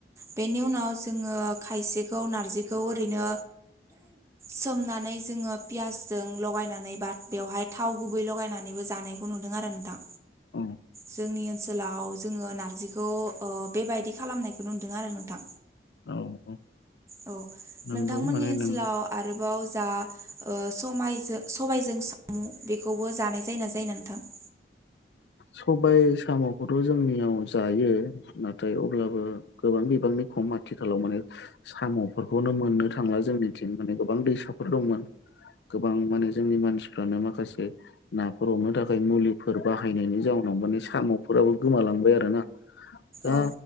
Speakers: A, on the right; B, on the left.
A: बेनि उनाव जोङो खायसेखौ नार्जि खौ ओरैनो सोमनानै जोङो पियासजों लगायनानै बा बेवहाय थाव गुबै लगायनानै बो जानायखौ नुदों आरो नोंथां
B: औ
A: जोंनि ओनसोलाव जोङो नार्जिखौ ओ बेबायदि खालामनायखौ नु दों आरो नोंथां
B: औ औ
A: औ
B: नंगौ
A: नोंथांमोननि
B: माने
A: ओनसोलाव
B: नों
A: आरोबाव जा ओ समायजो सबाइजों सामु बेखौबो जानाय जायो ना जायो नोंथां <inaudible>
B: सबाइ साम'खौथ' जोंनियाव जायो नाथाय अब्लाबो गोबां बिबांनि खम आथिखालाव माने साम'फोरखौनो मोननो थांला जोंनिथिं माने गोबां दैसाफोर दंमोन। गोबां माने जोंनि मानसिफ्रानो माखासे नाफोर हमनो थाखाय मुलि फोर बाहायनायनि जाउनाव माने साम'फोराबो गोमालांबाय आरोना दा
A: औ